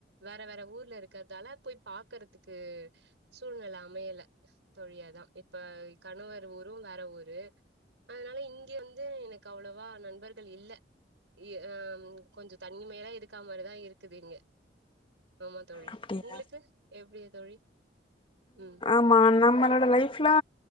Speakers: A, on the right; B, on the left.
A: வேற வேற ஊர்ல இருக்கிறதால போய் பாக்கறதுக்கு சூழ்நிலை அமையல தோழியாதா இப்ப கணவர் ஊரு வேற ஊரு அதனால இங்க வந்து எனக்கு அவ்வளவா நண்பர்கள் இல்ல ஹ் கொஞ்ச தனிமையா இருக்கா மாரிதா இருக்குது இங்க ஆமா தோழி
B: அப்டியா
A: உங்களுக்கு எப்டிய தோழி உம்
B: ஆ நம்மளோட லைஃப்லா